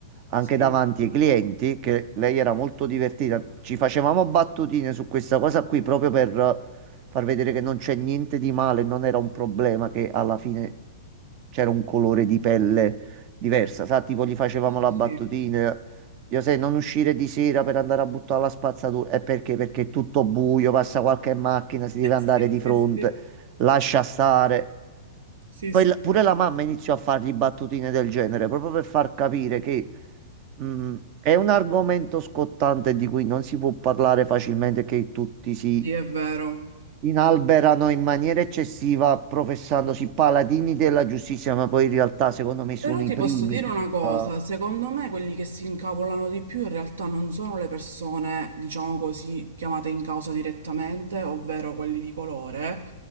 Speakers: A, on the right; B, on the right.
A: anche
B: Sì,
A: davanti ai clienti, che lei era molto divertita. Ci facevamo battutine su questa cosa qui proprio per far vedere che non c'è niente di male, non era un problema che alla fine c'era un colore di pelle diversa, sa, tipo gli facevamo
B: sì,
A: la
B: sì.
A: battutina. Io sai, non uscire di sera per andare a buttare la spazzatura. E perché? Perché è tutto buio, passa qualche macchina, si deve andare
B: Sì,
A: di
B: <laughs>
A: fronte,
B: sì, sì.
A: lascia stare.
B: Sì,
A: Poi
B: sì,
A: la- pure
B: sì.
A: la mamma iniziò a fargli battutine del genere, proprio per far capire che mh, è un argomento scottante di cui non si può parlare facilmente, che tutti si
B: Sì, è vero.
A: inalberano in maniera eccessiva, professandosi paladini della giustizia, ma poi in realtà secondo me sono
B: Però ti
A: i primi
B: posso dire
A: che,
B: una cosa,
A: eh,
B: secondo me quelli che si incavolano di più in realtà non sono le persone, diciamo così, chiamate in causa direttamente, ovvero quelli di colore,